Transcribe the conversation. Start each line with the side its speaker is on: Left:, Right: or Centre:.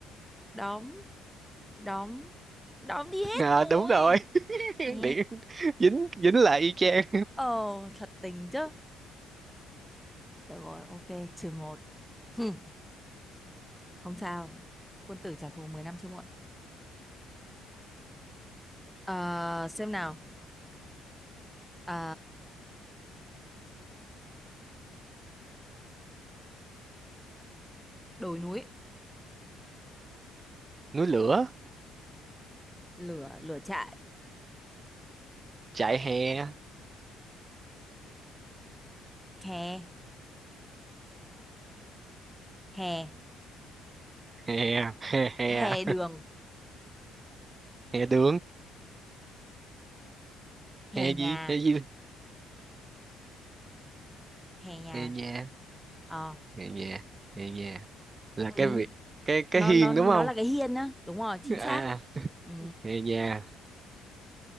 Centre: đóm, đóm, đóm đi hết
Right: à,
Centre: rồi.
Right: đúng rồi <laughs>
Centre: Ê,
Right: điện dính dính lại y chang
Centre: Ờ, thật tình chứ. Được rồi, ok, trừ một. Hừ, Không sao, quân tử trả thù 10 năm chưa muộn. Ờ, xem nào. Ờ, đồi núi,
Right: núi lửa
Centre: lửa, lửa trại,
Right: chạy hè
Centre: hè, hè,
Right: hè hè hè
Centre: hè đường
Right: hè đường
Centre: hè
Right: hè
Centre: nhà
Right: gì hè gì
Centre: hè nhà
Right: hè nhà
Centre: ờ
Right: Nghe nhà nghe nhà là
Centre: ừ.
Right: cái việc cái
Centre: nó
Right: cái hiên
Centre: nó nó
Right: đúng không
Centre: là cái hiên á đúng rồi chính xác
Right: à
Centre: ừ.
Right: nghe nhà